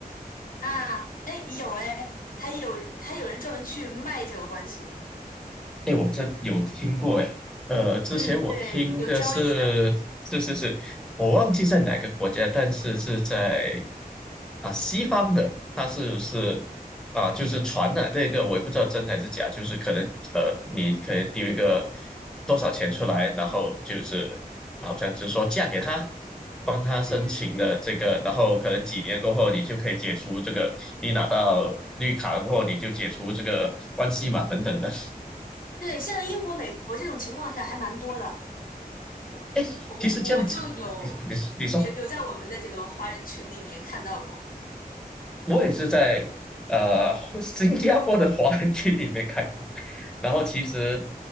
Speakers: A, on the left; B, in the centre.
A: 啊，哎，有哎，还有还有人专门去卖这个关系。
B: 哎，我这有听过哎，呃，之前我听的是是是是，
A: 嗯，对，有交易的。
B: 我忘记在哪个国家，但是是在啊西方的，它是是啊就是传的这个，我也不知道真还是假，就是可能呃你可能丢一个多少钱出来，然后就是好像就是说嫁给他，帮他申请的这个，
A: 嗯嗯，
B: 然后可能几年过后你就可以解除这个，你拿到绿卡过后你就解除这个关系嘛等等的。
A: 对，像英国、美国这种情况下还蛮多的。
B: 哎，
A: 我我就有有有在我们的这个华人群里面看到过。
B: 其实这样子的，你你你说，我也是在呃 <laughs> 新加坡的华人区里面看过，然后其实